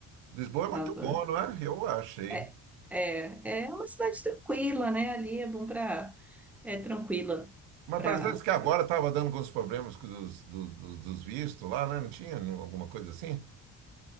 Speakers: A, on the right; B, in the centre.
A: Lisboa é muito
B: Tava.
A: bom, não é? Eu achei.
B: É, é, é uma cidade tranquila, né? Ali é bom para, é tranquila
A: Mas
B: para
A: parece que agora estava dando alguns problemas com dos, do- do- dos vistos lá, né? Não tinha não- alguma coisa assim?